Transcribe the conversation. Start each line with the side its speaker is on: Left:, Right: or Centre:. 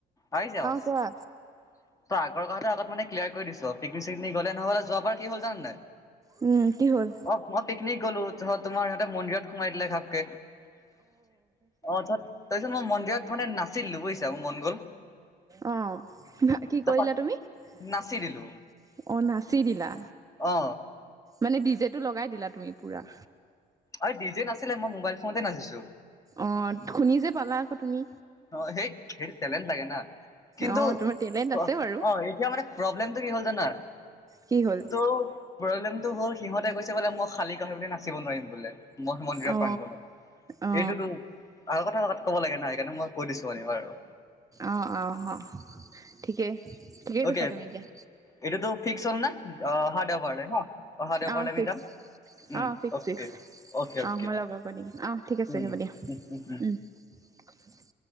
Left: আহি <unintelligible>
Right: কোৱা
Left: আগৰ কথা আগত ম কৰি দিছ পিকনিক-চিকনিক গলে নহ'লে, যোৱ বাৰ কি হল জানে নাই?
Right: উম', কি? হ'ল
Left: অ', মই পিকনিক গলো ত তোমাৰ। ইিহঁতে মন্দিৰত সোমাই দিলে ঘাপকে। অ', ত তাৰপিত মই মন্দিৰত মানে নাছিলো বুজিছা, মোৰ মন গ'ল।
Right: অ', ভ কি
Left: তাৰপা
Right: কৰিলা তুমি? অ',
Left: নাচি দিলো
Right: নাচি দিলা।
Left: অ
Right: মানে ডিজে লগাই দিলা তুমি পুৰা।
Left: অ', ডিজে নাছিলে। মই মোবাইল ফোনতে নাচিছো।
Right: অ', শুনি যে পালা আকৌ তুমি।
Left: অ', সেই সেইটো টেলেণ্ট লাগে না। কিন্তু
Right: অ তোমাৰ টেলেণ্ট আছে
Left: অ',
Right: বাৰু
Left: অ', এতিয়া মানে প্ৰব্লেমটো কি হল জানা
Right: কি হল?
Left: ত' প্ৰব্লেমটো হ'ল হিহঁতে কৈছে বোলে মই খালী <unintelligible> নাচিব নোৱাৰিম বোলে। মঠ মন্দিৰৰ
Right: অ
Left: প্ৰাংগণত,
Right: অ
Left: এইটোতো আৰু কথা তাত ক'ব লাগে নাই সেইটো মই কৈ দিছো মানে হয় আৰু
Right: অ অ অ ঠিকে ঠিকেই কৈছা
Left: অকে
Right: তুমি এতিয়া
Left: এইটোতো ফিক্স হ'ল না অ অহা দেওবাৰলৈ ন অহা দেওবাৰলৈ
Right: অ
Left: আমি
Right: ফিক্স
Left: যাম উম
Right: অ ফিক্সি
Left: অকে
Right: ফিক্স
Left: অকে অকে
Right: অ মই লগৰ কৈ দিম অ ঠিক আছে
Left: উম
Right: হব দিয়া
Left: উম উম উম
Right: উ <unintelligible>